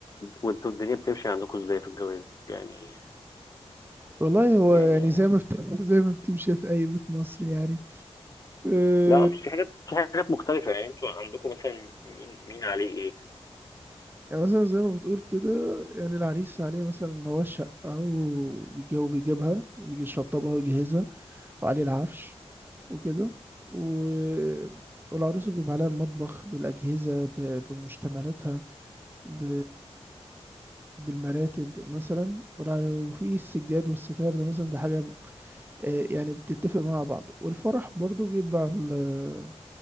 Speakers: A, on the left; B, on the right.
A: وأنتوا الدنيا بتمشي عندكم إزاي في الجواز يعني
B: والله هو
A: يعني
B: يعني زي ما بت... <laughs> زي ما بتمشي في اي بيت مصري يعني آه،
A: لا اصل في حاجات في حاجات مختلفة يعني انتوا عندكم مثلا مين مين عليه ايه
B: يعني مثلا زي ما بتقول كده يعني العريس عليه مثلا اللي هو الشقة وبيجيب بيجيبها بيجي يشطبها ويجهزها وعليه العفش وكده و... والعروسة بيبقى عليها المطبخ بالأجهزة ب... بمشتملاتها ب... بالمراتب مثلا ولا- وفي السجاد والستار ده مثلا ده حاجة آه، يعني بتتفق مع بعض والفرح برضو بيبقى ال-